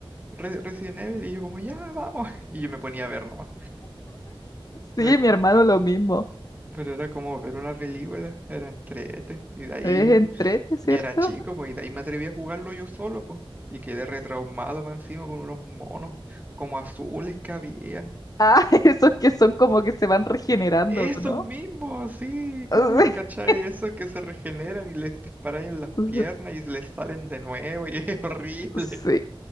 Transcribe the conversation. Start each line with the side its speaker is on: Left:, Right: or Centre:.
Right: Re- Resident Evil, y yo como, ya, vamos. <laughs> Y yo me ponía a ver nomás. Pe-
Left: Sí, mi hermano lo mismo.
Right: Pero, era como ver una película, era entrete, y de ahí,
Left: Es entrete, ¿cierto?
Right: y era chico, pues, y de ahí me atreví a jugarlo yo solo, pues. Y quedé retraumado más encima con unos monos como azules que habían.
Left: Ah, <laughs> esos que son como que se van regenerando,
Right: Esos
Left: ¿no?
Right: mismos, sí, ¿cómo
Left: <laughs>
Right: los cacháis? Eso que se regeneran y les disparáis en las
Left: Sí,
Right: piernas y les salen de nuevo y es <laughs> horrible.
Left: sí,